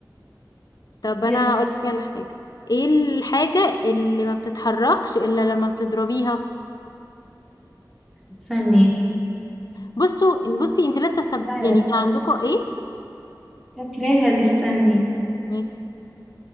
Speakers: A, on the left; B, in the centre.
A: طب انا
B: يلا
A: هقول لك على حاجه ايه الحاجه اللي ما بتتحركش الا لما بتضربيها
B: استني
A: بصوا بصي انت لسه سب...
B: سهلة.
A: يعني كان عندكم ايه
B: فاكراها دي استني
A: ماشي